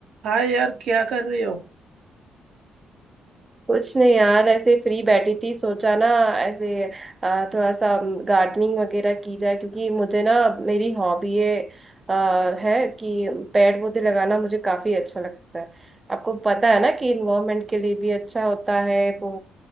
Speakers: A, on the right; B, on the right.
A: हाँ यार क्या कर रही हो
B: कुछ नहीं यार ऐसे फ्री बैठी थी सोचा ना ऐसे अ, थोड़ा सा गार्डनिंग वगैरह की जाए क्योंकि मुझे ना मेरी हॉबी है अ, है कि पेड़ पौधे लगाना मुझे काफी अच्छा लगता है आपको पता है ना कि इन्वायरमेंट के लिए भी अच्छा होता है वो